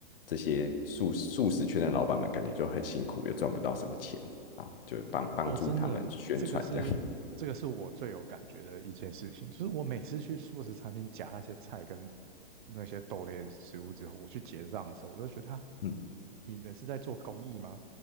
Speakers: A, on the left (about 70°); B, on the right (about 55°).
A: 这些素素食圈的老板们感觉就很辛苦，又赚不到什么钱啊，就帮帮助他们宣传这样。
B: 哦，真的，这个是这个是我最有感觉的一件事情，就是我每次去素食餐厅夹那些菜跟那些豆类的食物之后，我去结账的时候，我都觉得啊，
A: 嗯，
B: 你们是在做公益吗？